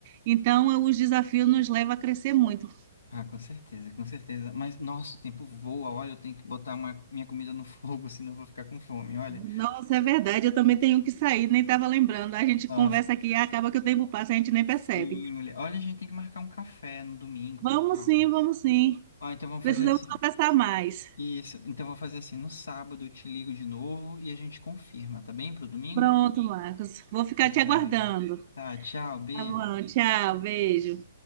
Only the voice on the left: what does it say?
Ah, com certeza, com certeza. Mas, nossa, o tempo voa, olha, eu tenho que botar uma- minha comida no fogo, <laughs> senão eu vou ficar com fome, olha.
Nossa,
sim, mulher. Olha, a gente tem que marcar um café no domingo,
que tal?
Ó, então vamos
fazer assim.
Isso. Então vou fazer assim. No sábado eu te ligo de novo e a gente confirma, tá bem? Pro domingo?
Pois
é. Tá, tchau, beijo.